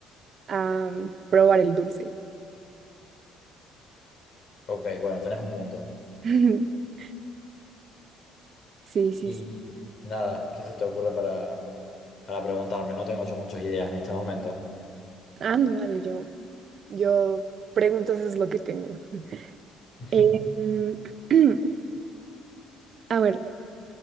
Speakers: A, on the right; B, on the left.
A: a mm, probar el dulce.
B: Ok, bueno, tenés un punto.
A: <laughs> Sí, sí,
B: Y
A: sí.
B: nada, ¿qué se te ocurre para, para preguntarme? No tengo yo muchas ideas en este momento.
A: Ah, no, dale, yo, yo preguntas es lo que tengo.
B: <laughs>
A: Em, <clears throat> a ver,